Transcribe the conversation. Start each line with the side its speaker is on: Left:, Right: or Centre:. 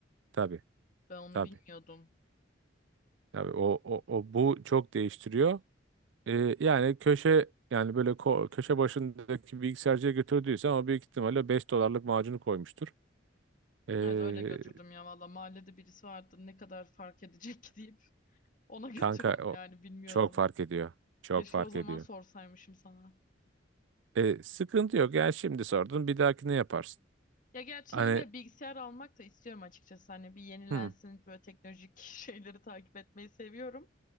Right: Tabii
Left: Ben onu
Right: tabii.
Left: bilmiyordum.
Right: Tabii o, o, o bu çok değiştiriyor. Ee, yani köşe yani böyle ko- köşe başındaki bilgisayarcıya götürdüysen o büyük ihtimalle 5 dolarlık macunu koymuştur. Ee,
Left: Evet öyle götürdüm ya valla mahallede birisi vardı ne kadar fark edecek <laughs> ki deyip ona götürdüm
Right: kanka o
Left: yani bilmiyordum.
Right: çok fark ediyor. Çok
Left: Keşke
Right: fark
Left: o zaman
Right: ediyor.
Left: sorsaymışım sana.
Right: Ee, sıkıntı yok. Yani şimdi sordun bir dahaki ne yaparsın?
Left: Ya gerçi
Right: Hani
Left: yine bilgisayar almak da istiyorum açıkçası hani bir yenilensin
Right: hı,
Left: böyle teknolojik <laughs> şeyleri takip etmeyi seviyorum.